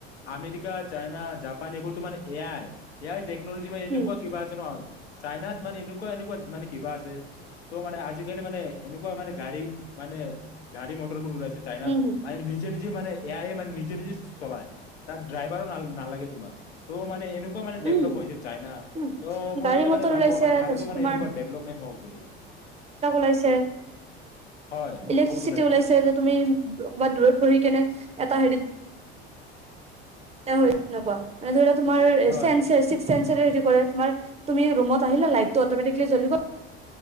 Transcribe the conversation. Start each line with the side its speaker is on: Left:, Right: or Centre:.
Left: আমেৰিকা চাইনা জাপান এইবোৰ তো মানে এয়াই এ য়াই মান এনেকুৱা
Right: উম
Left: কিবা হয়ছেন চাইনাই মানে এনেকুৱা এনেকুৱা মানে কিবা আছে ত' মানে আজি আজিকালি মানে এনেকুৱা মানে গাড়ী মানে গাড়ী মটৰবোৰ ওলাইছে চাইনাত
Right: উম
Left: মানে নিজে নিজে মানে এয়াই মানে নিজে নিজে চলাই তাত ড্ৰাইভাৰ ন নালাগে তোমাৰ ত' মানে এনে কুৱা মানে ডেভলপ
Right: উম
Left: হৈছে চাইনা
Right: উম
Left: ত মোৰ
Right: গাড়ী
Left: মতে
Right: মটৰ
Left: মানে ভাবো
Right: ওলাইছে
Left: আমাৰ ভাৰতো
Right: তাৰপিছত
Left: মানে
Right: তোমাৰ
Left: এনেকুৱা ডেভলপমেণ্ট হওক বুলি
Right: চে
Left: হয়
Right: ইলেকট্ৰিচিতি
Left: বহুত
Right: ওলাইছে যে তুমি দূৰত পঢ়ি কিনে এটা হাৰি। হৈ নকোৱা মানে ধৰি লক। তোমাৰ
Left: হয়
Right: চেনচিছীকচেনছ। হে তোমাৰ তুমি ৰুমত আহিলা লাইটটো অটমেটিকলি জ্বলিব।